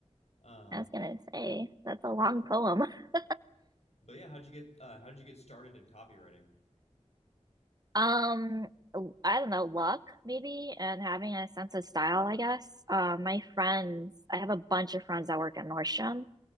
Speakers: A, on the left (about 65°); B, on the right (about 35°).
A: Um,
B: I was gonna say that's a long poem. <laughs>
A: but yeah, how'd you get uh, how did you get started in copywriting?
B: Um, I don't know, luck maybe, and having a sense of style, I guess. Uh, my friends, I have a bunch of friends that work at Nordstrom,